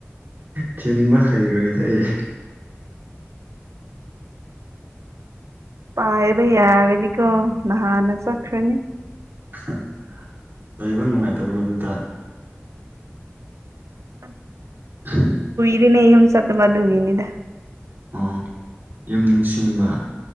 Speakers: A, on the right (about 50°); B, on the right (about 85°).
A: ꯊꯤꯟꯕ ꯍꯩꯔꯣꯏꯗꯥ ꯑꯩ
B: ꯄꯥꯏꯕ ꯌꯥꯔꯗꯤꯀꯣ ꯅꯍꯥꯟꯅ ꯆꯠꯈ꯭ꯔꯅꯤ
A: ꯍ ꯍ ꯂꯩꯕ ꯅꯨꯡꯉꯥꯏꯇꯕ꯭ꯔꯣ ꯑꯗꯨꯗ
B: <unintelligible>
A: <inaudible>
B: ꯔꯤꯃꯦ ꯌꯨꯝ ꯆꯠꯇꯕ ꯑꯗꯨꯒꯤꯅꯤꯗ
A: ꯑꯥ ꯌꯨꯝ ꯅꯤꯡꯁꯤꯡꯕ